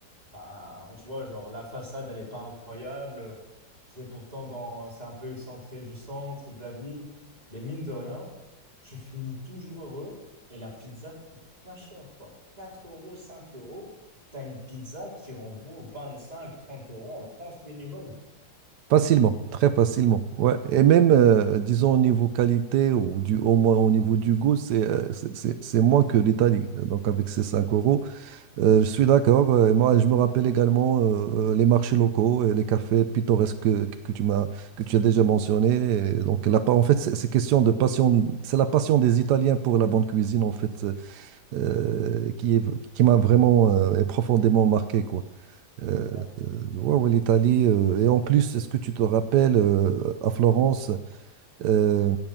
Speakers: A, on the right; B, on the right.
A: Enfin, je vois, genre, la façade, elle est pas incroyable. C'est pourtant dans, c'est un peu excentré du centre, de la ville. Mais mine de rien, tu finis toujours heureux. Et la pizza, c'est pas cher, quoi. quatre euros, 5 euros. T'as une pizza qui en vaut 25 30 euros en France minimum.
B: Facilement, très facilement. Ouais. Et même, euh, disons, au niveau qualité ou du, au moins au niveau du goût, c'est euh, c'est c'est- c'est moins que l'Italie. Donc, avec ces 5 euros, Euh, je suis d'accord. euh, et Moi, je me rappelle également euh, euh, les marchés locaux et les cafés pittoresques que, que tu m'as, que tu as déjà mentionné. Et donc, la, pa- en fait, c'est c'est question de passion. C'est la passion des Italiens pour la bonne cuisine, en fait, euh, euh, qui est- qui m'a vraiment euh, et profondément marqué, quoi. Euh,
A: Voilà.
B: euh, ouais, ouais, l'Italie. euh, et en plus, est-ce que tu te rappelles euh, à Florence? Euh,